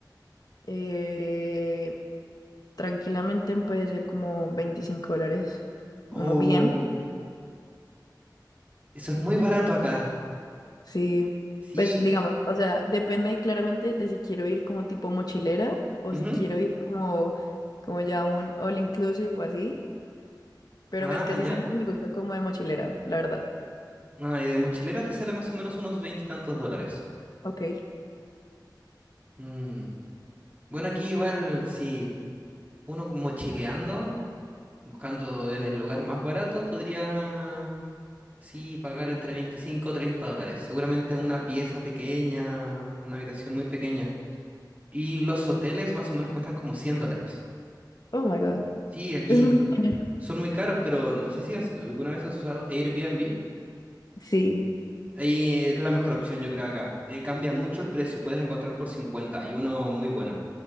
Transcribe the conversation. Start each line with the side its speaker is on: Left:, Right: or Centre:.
Left: Eh, tranquilamente puede ser como 25 dólares.
Right: Oh,
Left: Uno bien,
Right: eso es muy barato acá.
Left: sí.
Right: Sí.
Left: Pues digamos, o sea, depende claramente de si quiero ir como tipo mochilera o
Right: ujú.
Left: si quiero ir como, como ya un all inclusive o así. Pero
Right: Ah,
Left: pues casi
Right: ya.
Left: siempre me gusta como de mochilera, la verdad.
Right: Ah, y de mochilera te sale más o menos unos veintitantos dólares.
Left: Ok.
Right: Mm, Bueno, aquí igual, si uno mochileando buscando en el lugar más barato, podría, sí, pagar entre 25 o 30 dólares. Seguramente una pieza pequeña, una habitación muy pequeña. Y los hoteles más o menos cuestan como 100 dólares.
Left: Oh my God.
Right: Sí, aquí
Left: Es muy caro.
Right: son muy caros, pero no sé si has- alguna vez has usado Airbnb.
Left: Sí.
Right: Ahí es la mejor opción, yo creo, acá. Eh, cambia mucho el precio, puedes encontrar por cincuenta y uno muy bueno.